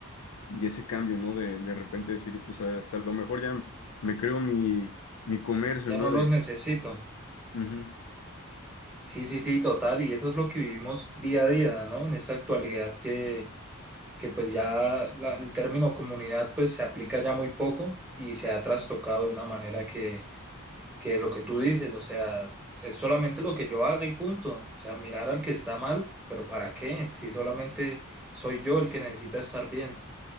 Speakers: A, on the left; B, in the centre.
A: Y ese cambio, ¿no? De, de repente decir, pues hasta lo mejor ya me creo mi, mi comercio,
B: ya
A: ¿no?
B: no los
A: De...
B: necesito.
A: Ujú,
B: Sí, sí, sí, total. Y eso es lo que vivimos día a día, ¿no? En esta actualidad que, que pues ya la- el término comunidad pues se aplica ya muy poco y se ha trastocado de una manera que, que lo que tú dices, o sea, es solamente lo que yo haga y punto. O sea, mirar al que está mal, pero ¿para qué? Si solamente soy yo el que necesita estar bien.